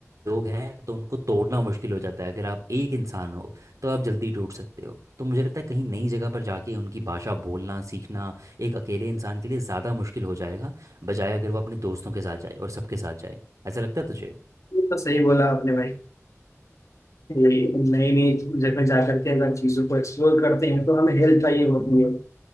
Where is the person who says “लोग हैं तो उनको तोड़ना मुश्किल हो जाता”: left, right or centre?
Right